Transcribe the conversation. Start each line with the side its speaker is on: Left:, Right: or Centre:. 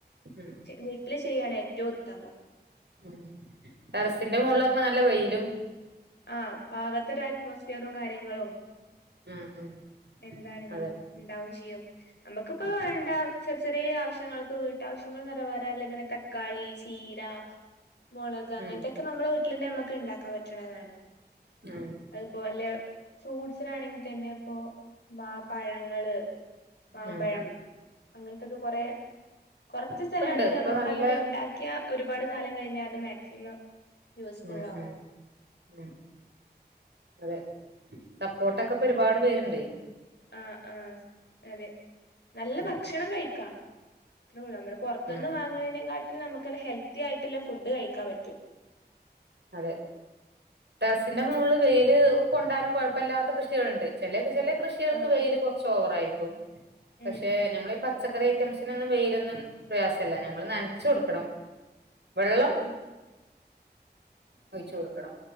Right: ഉം
Left: വീട്ടില് ചെയ്യാണ് ഏറ്റവും ഉത്തമം.
Right: ഉം ടെറസിന്റെ മോൾലാവുമ്പോ നല്ല വെയിലും
Left: ആ പാകത്തരു അറ്റ്മോസ്ഫിയറും കാര്യങ്ങളും
Right: ഉം ഉം
Left: എന്താണങ്കിലും
Right: അതന്നെ
Left: ണ്ടാവും ചെയ്യും നമ്മക്ക്‌പ്പൊ
Right: ഉം
Left: വേണ്ട ചെർ ചെറിയ ആവശ്യങ്ങൾക്ക് വീട്ടാവശ്യങ്ങൾ നിറവെറാനുള്ള അങ്ങനെ തക്കാളി ചീര മൊളക് അങ്ങൻത്തെക്കെ
Right: ഉം
Left: നമ്മളെ വീട്ടിലന്നെ നമ്മുക്ക് ഇണ്ടാക്കാൻ പറ്റ്ണതാണ്.
Right: ഉം
Left: അതുപോലെ ഫ്രൂട്ട്സിലാണെങ്കി തന്നെ പ്പോ മാ പഴങ്ങള് മാമ്പഴം
Right: ഉം
Left: അങ്ങൻത്തൊക്കെ കൊറെ കൊർച്ച് സ്ഥല
Right: ഇപ്പണ്ട്
Left: ആണെങ്കിലും
Right: ഇപ്പൊ
Left: നമ്മക്ക്
Right: നല്ല
Left: അതില് ഇണ്ടാ ക്യാ ഒരുപാട് കാലം കഴിഞ്ഞാലും മാക്സിമം യൂസ്ഫുൾ
Right: ഉം
Left: ആവും
Right: ഉം ഉം അതെ സപ്പോട്ടൊക്കെ ഇപ്പോ ഒരുപാട് പേര്ണ്ട്.
Left: ആ ആ അതെ നല്ല
Right: ഉം
Left: ഭക്ഷണം കഴിക്കാ നമ്മള് പൊർത്ത്ന്ന്
Right: ഉം
Left: വാങ്ങണതിനേക്കാട്ടില് നമുക്ക്‌ നല്ല ഹെൽത്തി ആയിട്ട്ള്ള ഫുഡ് കഴിക്കാൻ പറ്റും.
Right: അതെ ടറസിന്റെ മോളില് വെയില് കൊണ്ടാനും കൊഴപ്പ ലാത്ത കൃഷികളുണ്ട് ചെ ലെ കൃഷി ല് കൃഷികൾക്ക്
Left: ആഹ്
Right: വെയില് കൊറച്ച് ഓവറായിരിക്കും പക്ഷെ
Left: ഉം
Right: ഞമ്മളി പ ച്ചക്കറി ഐറ്റംസിനൊന്നും വെയിലൊന്നും പ്രയാസല്ല ഞമ്മള് നനച്ചൊടുക്കണം
Left: ഉം
Right: വെള്ളം
Left: ഉം
Right: ഒയിച്ചു കൊടുക്കണം